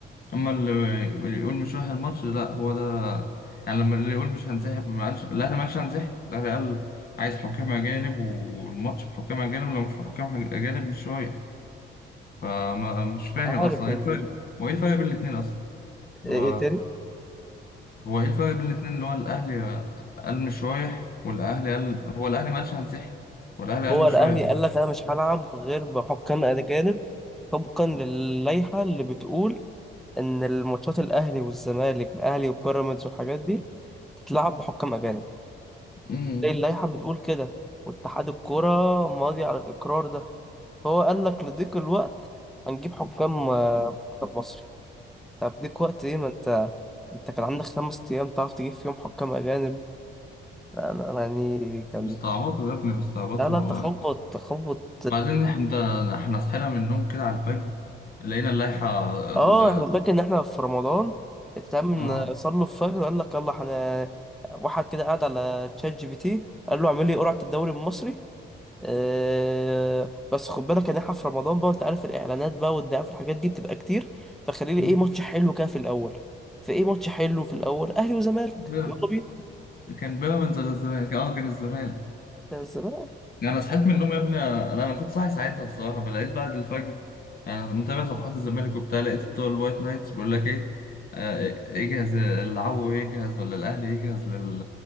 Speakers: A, on the left; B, in the centre.
A: اما اللي اللي يقول مش رايح الماتش لا هو ده يعني لما اللي يقول مش هنسحب ما قالش الاهلي ما قالش هنسحب الاهلي قال عايز حكام اجانب والماتش بحكام اجانب لو مش بحكام اجانب مش رايح فما مش فاهم
B: عارف
A: اصلا ايه
B: يعني
A: الفرق
B: إيه
A: هو ايه الفرق بين الاتنين اصلا اللي
B: إيه
A: هو
B: تاني؟
A: هو ايه الفرق بين الاتنين اللي هو الاهلي قال مش رايح والاهلي قال هو الاهلي ما قالش هنسحب والاهلي قال
B: هو
A: مش
B: الأهلي
A: رايح
B: قال لك أنا مش هلعب غير بحكام أجانب طبقا للائحة اللي بتقول إن الماتشات الأهلي والزمالك الأهلي وبيراميدز والحاجات دي تتلعب بحكام أجانب
A: أمم.
B: اللائحة بتقول كده واتحاد الكرة ماضي على الإقرار ده فهو قال لك لضيق الوقت هنجيب حكام آه، منتخب مصري طب ضيق وقت ايه ما انت انت كان عندك خمس ايام تعرف تجيب فيهم حكام اجانب انا أنا يعني كان
A: بيستعبطوا يا ابني بيستعبطوا
B: لا لا تخبط تخبط
A: بعدين إح- انت احنا صحينا من النوم كده على الفجر لقينا اللائحة
B: اه
A: ال...
B: احنا فاكر ان احنا في رمضان اتعمل
A: اه
B: صلوا الفجر وقال لك يلا احنا واحد كده قاعد على تشات جي بي تي قال له اعمل لي قرعة الدوري المصري أه بس خد بالك ان احنا في رمضان بقى انت عارف الاعلانات بقى والدعايه في الحاجات دي بتبقى كتير فخليلي
A: مم.
B: ايه ماتش حلو كده في الاول فايه ماتش حلو في الاول اهلي وزمالك
A: بيراميدز.
B: يلا بينا
A: كان بيراميدز ولا الزمالك اه كان الزمالك
B: يا الزمالك
A: يعني انا صحيت من النوم يا ابني لا انا كنت صاحي ساعتها الصراحة فلقيت بعد الفجر انا متابع صفحات الزمالك وبتاع لقيت بتوع الوايت نايتس بيقول لك ايه آه، يجهز العو يجهز ولا الاهلي يجهز لل...